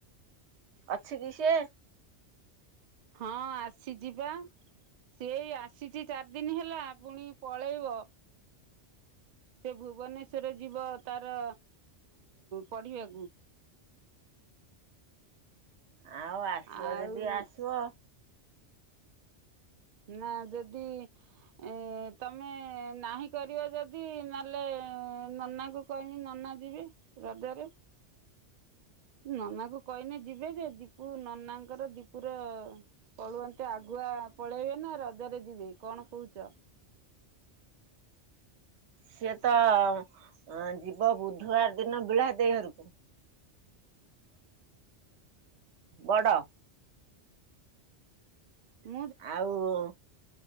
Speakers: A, on the right; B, on the right.
A: ଅଛି କି ସିଏ?
B: ହଁ, ଆସିଚିବା। ସେ ଏ ଆସିଚି ଚାରିଦିନ ହେଲା, ପୁଣି ପଳେଇବ। ସେ ଭୁବନେଶ୍ଵର ଯିବ ଅ ତାର ପଢିବାକୁ।
A: ଆଉ ଆସିବ
B: ଆଉ
A: ଯଦି, ଆସିଅ।
B: ନା, ଯଦି ଏଁ ତମେ ନାହିଁ କରିବ ଯଦି, ନଏଲେ ନନାଙ୍କୁ କହିବି ନନା ଯିବେ ରଜରେ। ନନା କୁ କହିନେ ଯିବେ ଯେ, ଦୀପୁ, ନନାଙ୍କର ଦୀପୁର ପଳୁଅନ୍ତେ, ଆଗୁଆ ପଳେଇବେ ନା, ରଜରେ ଯିବେ କଣ କହୁଚ?
A: ସିଏ ତ ଯିବ ଅ ବୁଧବାର ଦିନ ବିଳା ଦେଇ ଘରକୁ।
B: <unintelligible>
A: ବଡ଼।
B: ଉଁ
A: ଆଉ,